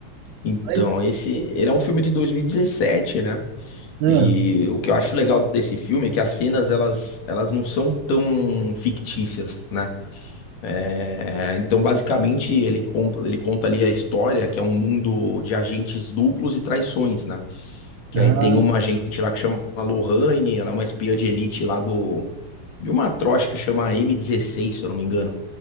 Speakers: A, on the left; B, on the right.
A: Então,
B: Mas,
A: esse, ele é um filme de 2017, né?
B: né?
A: E o que eu acho legal desse filme é que as cenas, elas, elas não são tão fictícias, né? É, então, basicamente, ele, compra- ele conta ali a história, que é um mundo de agentes duplos e traições, né? Que
B: Ah,
A: aí tem uma agente lá que chama Lorraine, ela é uma espiã de elite lá do... De uma atroz que chama m dezesseis, se eu não me engano.